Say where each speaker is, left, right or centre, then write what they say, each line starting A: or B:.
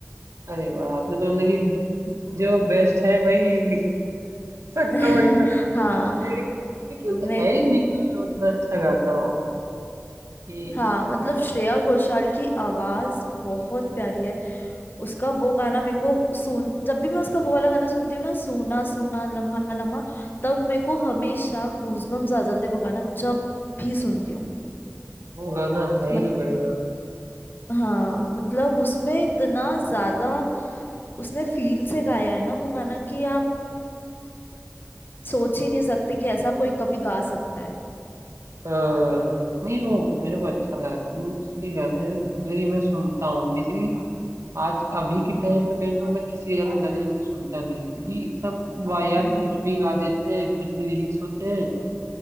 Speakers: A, on the right; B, on the left.
A: अरे वाह आपने तो मतलब कि जो बेस्ट है वही ले सबको
B: <laughs>
A: वही पसंद
B: हाँ
A: है मेरे को क्योंकि
B: मैं
A: वो है ही नहीं कोई जो उतना अच्छा गाता हो कि
B: हाँ मतलब
A: मतलब
B: श्रेया घोषाल की आवाज बहुत प्यारी है उसका वो गाना मेरे को सुन जब भी मैं उसका वो वाला गाना सुनती हूँ ना सूना सूना लम्हा लम्हा तब मेरे को हमेशा गूजबम्स आ जाते हैं वो गाना जब भी सुनती हूँ
A: वो गाना है
B: मत,
A: ही बढ़िया
B: हाँ मतलब उसमें इतना ज्यादा उसने फील से गाया है ना वो गाना कि आप सोच ही नहीं सकते कि ऐसा कोई कभी गा सकता है
A: हाँ नहीं वो मेरे को अच्छा लगता है उसके गाने मतलब कि मैं सुनता हूँ बेसिकली आज अभी के टाइम पे कहीं तो मैं किसी के गाने गाने जल्दी सुनता नहीं हूँ क्योंकि सब वाहियात
B: हम्म
A: कुछ भी गा देते हैं कुछ भी लिरिक्स होते हैं